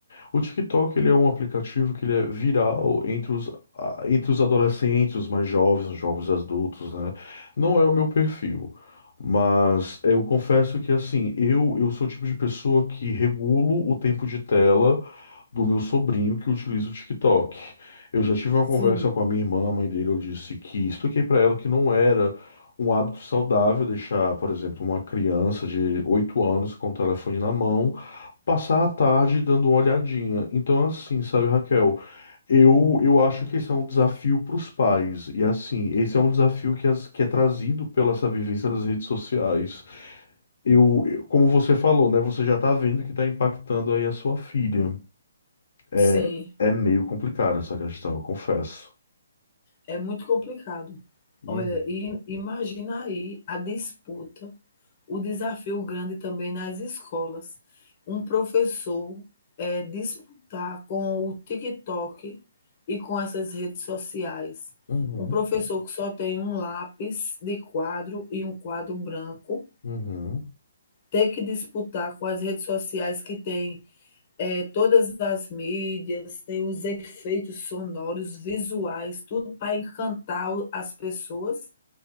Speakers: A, on the left; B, on the left.
A: o TikTok ele é um aplicativo que ele é viral entre os, a- entre os adolescentes, os mais jovens, os jovens adultos, né? Não é o meu perfil, mas eu confesso que assim, eu eu sou o tipo de pessoa que regulo o tempo de tela do meu sobrinho que utiliza o TikTok. Eu já tive uma
B: Sim,
A: conversa com a minha irmã, a mãe dele, eu disse que expliquei para ela que não era um hábito saudável, deixar, por exemplo, uma criança de 8 anos com o telefone na mão, passar a tarde dando uma olhadinha. Então, assim, sabe, Raquel, eu, eu acho que esse é um desafio para os pais. E, assim, esse é um desafio que, as- que é trazido pela essa vivência das redes sociais. Eu, eu- como você falou, né, você já está vendo que está impactando aí a sua filha. É,
B: sim.
A: é meio complicada essa questão, eu confesso.
B: É muito complicado.
A: Uhum,
B: Olha, e imagina aí a disputa, o desafio grande também nas escolas. Um professor, eh, disputar com o TikTok e com essas redes sociais.
A: uhum,
B: Um professor que só tem um lápis de quadro e um quadro branco,
A: uhum.
B: ter que disputar com as redes sociais que tem é, todas as mídias, tem os efeitos sonoros, visuais, tudo para encantar as pessoas.